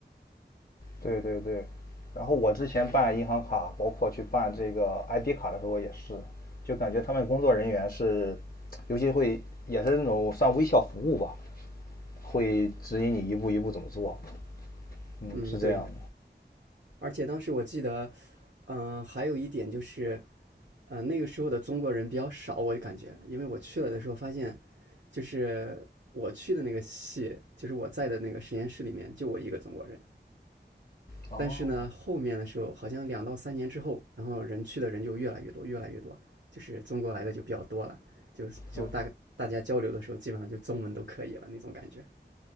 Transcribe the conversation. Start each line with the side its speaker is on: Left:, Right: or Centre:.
Left: 对对对，然后我之前办银行卡，包括去办这个 ID 卡的时候也是，就感觉他们工作人员是，尤其会也是那种算微笑服务吧，会指引你一步一步怎么做。嗯，
Right: 嗯，
Left: 是这样
Right: 对，而且当时我记得，嗯、呃还有一点就是，呃，那个时候的中国人比较少，我感觉，因为我去了的时候发现，就是我去的那个系，就是我在的那个实验室里面就我一个中国人。
Left: 的。
Right: 但是呢，
Left: 哦，
Right: 后面的时候好像两到三年之后，然后人去的人就越来越多，越来越多，就是中国来的就比较多了，就就大概大家交流的时候，
Left: 哦，
Right: 基本上就中文都可以了那种感觉。